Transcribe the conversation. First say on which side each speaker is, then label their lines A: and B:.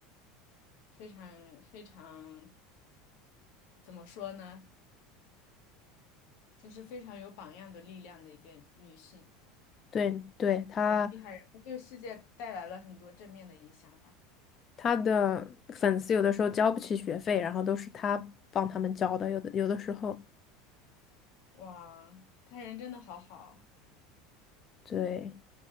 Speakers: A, on the left; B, on the left.
A: 非常非常怎么说呢，就是非常有榜样的力量的一个女性。
B: 对对，他
A: 很厉害，然后对世界带来了很多正面的影响吧。
B: 他的粉丝有的时候交不起学费，然后都是他帮他们交的，有的有的时候，
A: 哇，他人真的好好。
B: 对，